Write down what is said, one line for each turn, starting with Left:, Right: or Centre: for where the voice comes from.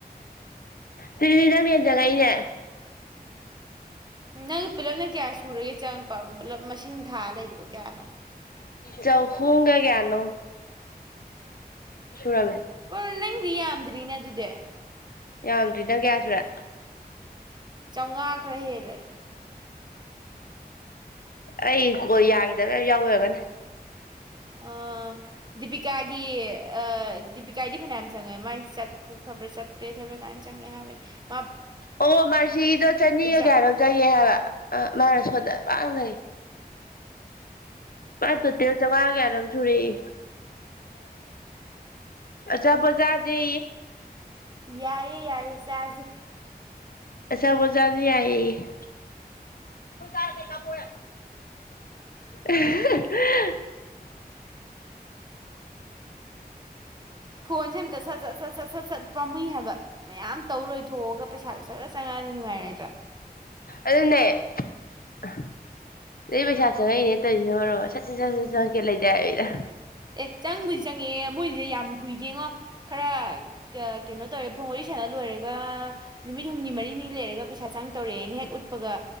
Left: ꯑꯗꯨꯔꯤꯗꯤ ꯅꯪꯅꯦꯦꯟꯖꯉꯥꯏꯅꯦ
Right: ꯅꯪ ꯄꯤꯂꯞꯅ ꯀꯌꯥ ꯁꯨꯔꯒ ꯆꯪꯉꯛꯄ ꯄꯨꯜꯂꯞ ꯃꯁꯤꯡ ꯊꯥ ꯂꯩꯕꯗꯣ ꯀꯌꯥꯅꯣ
Left: ꯆꯧꯍꯣꯡꯒ ꯀꯅꯣ ꯁꯅ
Right: ꯀꯣꯏ ꯅꯪꯗꯤ ꯌꯥꯝꯗ꯭ꯔꯤꯅꯦ ꯑꯗꯨꯗꯤ
Left: ꯌꯥꯝꯗ꯭ꯔꯤ ꯅꯪ ꯀꯌꯥ ꯁꯨꯔꯦ
Right: ꯆꯥꯝꯃꯉꯥ ꯈꯔ ꯍꯦꯜꯂꯦ
Left: ꯑꯩꯣ ꯌꯥꯈꯤꯗꯕ ꯌꯥꯝ ꯌꯥꯎꯋꯔꯒꯅꯤ
Right: ꯑ ꯗꯤꯄꯀꯒꯤ ꯗꯗꯤꯕꯤꯀꯥꯏꯗꯤ ꯐꯌꯥꯝ ꯑꯃꯝ ꯁꯉꯦ ꯃꯥꯏ ꯆꯇ꯭ꯔꯨ ꯈꯕꯔ ꯁꯠꯇꯦꯕ ꯇꯥꯏ ꯆꯪꯦ ꯍꯥꯏꯕ
Left: ꯑꯣ ꯃꯥꯔꯁꯤꯗꯣ ꯆꯅꯤꯒ
Right: ꯑꯦꯛꯖꯥꯝ
Left: ꯀꯌꯥꯅꯣ ꯆꯪꯉꯦ ꯍꯥꯏꯕ ꯃꯥꯅ ꯁꯣꯟꯗ ꯄꯥꯡꯅꯩ ꯃꯥ ꯇꯣꯇꯦꯜ ꯆꯥꯝꯃꯉꯥ ꯀꯌꯥꯅꯣꯝ ꯁꯨꯔꯛꯏ ꯑꯆꯥꯄꯣꯥꯁꯦ
Right: ꯌꯥꯏ ꯌꯥꯏ ꯆꯖꯦ
Left: ꯑꯁ ꯃꯖꯥꯅꯤ ꯌꯥ ꯣꯏ ꯆꯥ ꯀꯄ ꯑ
Right: ꯐꯣꯟ ꯁꯇ ꯆ ꯆ ꯠ ꯆꯠ ꯁꯠ ꯆꯠ ꯄꯥꯝꯏ ꯍꯥꯏꯕ ꯃꯌꯥꯝ ꯇꯧꯔꯣꯏꯊꯣꯛꯑꯒ ꯄꯩꯁꯥꯗꯨ ꯆꯖ ꯆꯉꯑꯗꯤꯅꯨꯡꯉꯥꯏꯔꯦ
Left: ꯑꯗꯨꯟꯅꯦ ꯑꯗꯨ ꯄꯩꯁꯥ ꯆꯪꯉꯛꯏꯅꯦ ꯇꯣꯏꯁꯤꯅ ꯃꯔꯝꯗ ꯁꯠ ꯁꯠ ꯁꯠ ꯁꯠ ꯆꯪꯉꯛꯀꯦ ꯂꯩꯗꯥꯏꯣꯏꯗ
Right: ꯑꯦ ꯆꯪꯕꯨꯗꯤ ꯆꯪꯉꯦ ꯃꯣꯏꯁꯦ ꯌꯥꯝ ꯀꯨꯏꯗꯦꯉꯣ ꯈꯔ ꯀꯩꯅꯣ ꯇꯧꯔꯦ ꯐꯣꯡ ꯋꯥꯔꯤ ꯁꯥꯟꯅ ꯂꯣꯏꯔꯒ ꯅꯨꯃꯤꯠ ꯍꯨꯝꯅꯤ ꯃꯔꯤꯅꯤ ꯂꯩꯔꯒ ꯄꯩꯁꯥ ꯆꯪ ꯇꯧꯔꯛꯑꯦꯅ ꯍꯦꯛ ꯎꯠꯄꯒ